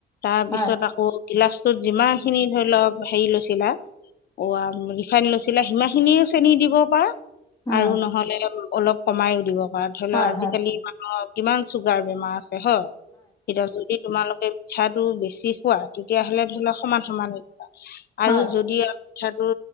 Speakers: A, on the left; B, on the left.
A: তাৰপিছত
B: হয়
A: আকৌ গিলাচটোত যিমান খিনি ধৰি লওক হেৰি লৈছিলা অ' ৰিফাইন লৈচিলা সিমান খিনিয়ে চেনি দিব পাৰা।
B: উম
A: আৰু নহলে অলপ কমাইও দিব পাৰা ধৰি
B: হয়
A: লও আজিকালি
B: হয়
A: অ' কিমান চুগাৰ বেমাৰ আছে হয়, এতিয়া যদি তোমালোকে পিঠাটো বেছি খোৱা তেতিয়াহ'লে ধৰি লও সমান সমান আৰু
B: হয়
A: যদি পিঠাটো